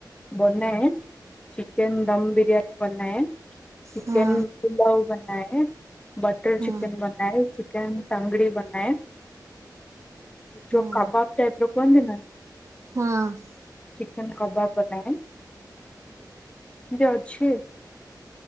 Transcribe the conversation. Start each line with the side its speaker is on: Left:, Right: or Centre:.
Left: ବନାଏ। ଚିକେନ ଦମ ବିରିୟାନୀ ବନାଏ। ଚିକେନ
Right: ହଁ
Left: ପୁଲାଉ ବନାଏ। ବଟର
Right: ହଁ
Left: ଚିକେନ ବନାଏ। ଚିକେନ ତନଦୁରି ବନାଏ।
Right: ହଁ
Left: ଯଉ କବାବ ଟାଇପ ର କୁହନ୍ତି ନା। ଚି
Right: ହଁ ଆଉ
Left: ଚିକେନ କବାବ ବନାଏ କେମିତି ଅଛି।